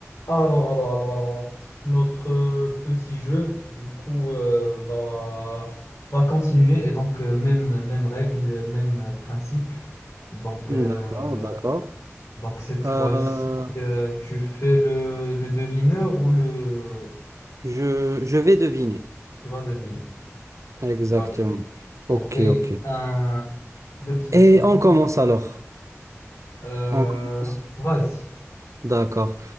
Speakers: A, on the left; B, on the right.
A: Alors, alors, alors, alors, alors, notre euh, petit jeu, du coup, euh, va, va continuer et donc euh, même, même règle, même euh, principe. Donc,
B: D'accord,
A: euh,
B: d'accord.
A: donc cette fois-ci,
B: Euh,
A: euh, tu fais le, le devineur ou le...
B: je, je vais deviner.
A: Tu vas deviner.
B: Exactement.
A: Tu vas deviner. Ok,
B: Ok, ok.
A: un, deux petites
B: Et
A: secondes.
B: on commence alors.
A: Euh,
B: On commence.
A: vas-y.
B: D'accord.